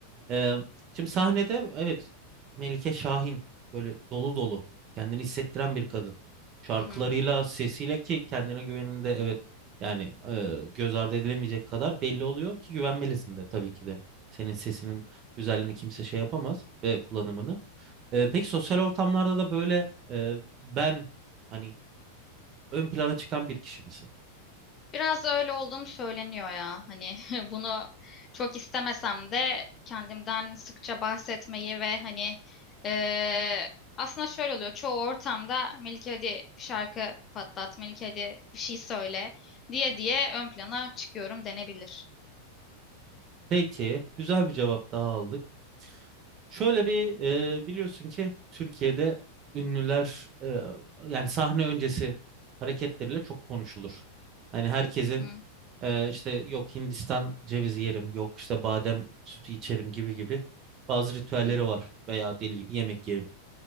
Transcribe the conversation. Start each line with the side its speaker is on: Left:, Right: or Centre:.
Right: Ee, şimdi sahnede evet Melike Şahin böyle dolu dolu kendini hissettiren bir kadın. Şarkılarıyla,
Left: Hı hı.
Right: sesiyle ki kendine güveninde evet yani e, göz ardı edilemeyecek kadar belli oluyor ki güvenmelisin de tabii ki de. Senin sesinin güzelliğini kimse şey yapamaz ve kullanımını. Ee, peki sosyal ortamlarda da böyle e, ben hani ön plana çıkan bir kişi misin?
Left: Biraz öyle olduğum söyleniyor ya. Hani <laughs> bunu çok istemesem de kendimden sıkça bahsetmeyi ve hani eee, aslında şöyle oluyor. Çoğu ortamda Melike hadi bir şarkı patlat, Melike hadi bir şey söyle diye diye ön plana çıkıyorum denebilir.
Right: Peki güzel bir cevap daha aldık. Şöyle bir e, biliyorsun ki Türkiye'de ünlüler e, yani sahne öncesi hareketleriyle çok konuşulur. Hani herkesin
Left: Hı hı.
Right: e, işte yok Hindistan cevizi yerim, yok işte badem sütü içerim gibi gibi bazı ritüelleri
Left: Hı hı.
Right: var veya deli gibi yemek yerim.